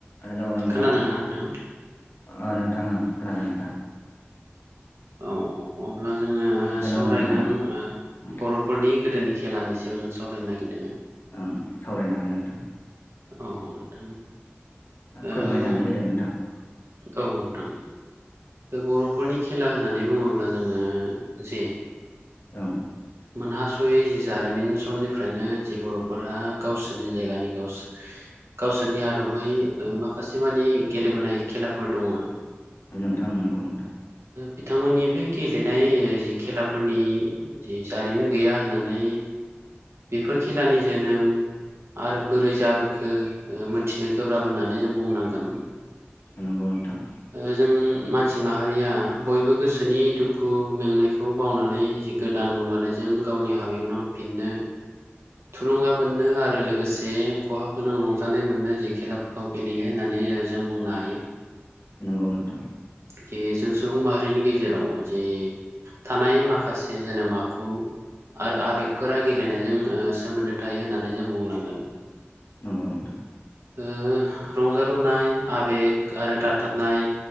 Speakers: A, on the left; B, on the right.
A: Hello नोंथां
B: खोनादोंना नोंथां?
A: ओ नोंथां ओ खोनादों नोंथां।
B: औ औ अब्ला जोङो
A: हेलौ
B: सावरायगोन
A: नोंथां ओं
B: बर'फोरनि ओ गोदोनि खेलानि जों सावरायनो नागिरदों।
A: ओं सावरायनो हागोन नोंथां
B: औ नोंथां। ओ
A: फोरमायनानै होदो नोंथां।
B: औ नोंथां बर'फोरनि खेला होननानै बुङोब्ला जोङो जे
A: ओम
B: मोनहास'यै जारिमिन समनिफ्रायनो जि बर'फोराहा गावसोरनि जायगानि गावसोर गावसोरनि आदबै ओ माखासे मानि गेलेबोनाय खेलाफोर दङो
A: नोंथांं नंगौ नोंथां।
B: बिथांमोननि बे गेलेनाय जि खेलाफोरनि जि जारिमिन गैया होननानै बेफोर खेलानि जोनोम आरो बोरै जाबो खो मिथिनो गोब्राब होननानै जों बुंनांगोन।
A: नंगौ नोंथां।
B: ओ जों मानसि माहारिया बयबो गोसोनि दुखु मेंनायखौ बावनानै जि गोदान नुगारानाय जायो। नों गावनि हाबायाव नांफिनदो। थुलुंगा मोननो आरो लोगोसे खहाब गोनां रंजानाय मोननो जि खेलाफोरखौ गेलेयो होननानै ओ जों बुंनो हायो।
A: नंगौ नोंथां।
B: जे जों सुबुं माहारिनि गेजेराव जे थानाय माखासे जोनोम आखु आरो आबेगफोरा गेलेनायजों ओ सोमोन्दो थायो होननानै जों बुंनांगोन।
A: नंगौ नोंथां
B: ओ रंजालुनाय आबेग आरो दाथाबनाय